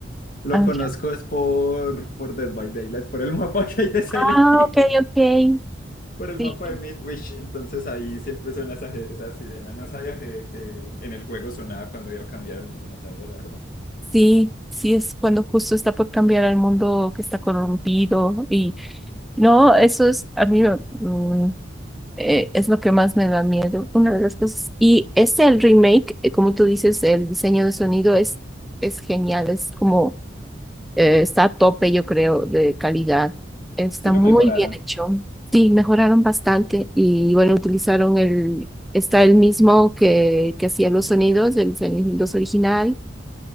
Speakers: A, on the left; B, in the centre.
A: Lo
B: ah,
A: conozco
B: ya.
A: es por, por Dead by Daylight, por el <laughs> mapa que hay de Silent
B: Ah,
A: Hill.
B: ok, ok.
A: por el
B: Sí,
A: mapa de Midwich, entonces ahí siempre suena esa, esa sirena. No sabía que, que en el juego sonaba cuando iba a cambiar el mundo, no sabía la verdad.
B: sí, sí, es cuando justo está por cambiar al mundo que está corrompido y No, eso es, a mí me- mm, eh, es lo que más me da miedo, una de las cosas. Y este, el remake, eh, como tú dices, el diseño de sonido es, es genial, es como, eh, está a tope, yo creo, de calidad. Está
A: Sí lo
B: muy
A: mejoraron.
B: bien hecho. Sí, mejoraron bastante y bueno, utilizaron el, está el mismo que, que hacía los sonidos, el sonidos original.